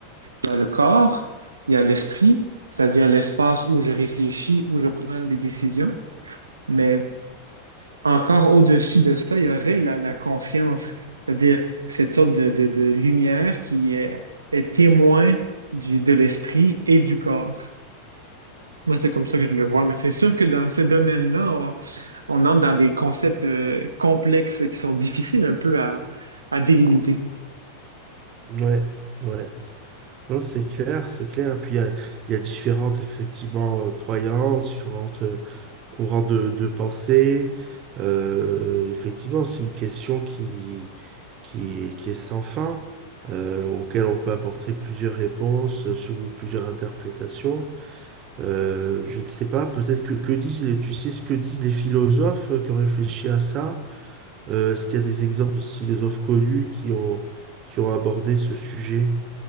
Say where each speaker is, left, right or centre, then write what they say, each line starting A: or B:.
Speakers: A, on the right; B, on the right.
A: Dans le corps, il y a l'esprit, c'est-à-dire l'espace où je réfléchis, où je prends des décisions, mais encore au-dessus de ça, il y aurait la, la conscience, c'est-à-dire cette sorte de, de- de lumière qui est, est témoin du, de l'esprit et du corps. Moi, c'est comme ça que je le vois, mais c'est sûr que dans ce domaine-là, on, on entre dans des concepts euh, complexes qui sont difficiles un peu à, à délimiter.
B: Ouais, ouais. Non, c'est clair, c'est clair. Puis il y a, il y a différentes, effectivement, euh, croyances, différentes euh, courants de, de pensée. Euh, effectivement, c'est une question qui, qui, est- qui est sans fin, euh, auquel on peut apporter plusieurs réponses, euh, sous plusieurs interprétations. Euh, je ne sais pas, peut-être que, que disent les, tu sais ce que disent les philosophes euh, qui ont réfléchi à ça? Euh, est-ce qu'il y a des exemples de philosophes connus qui ont, qui ont abordé ce sujet?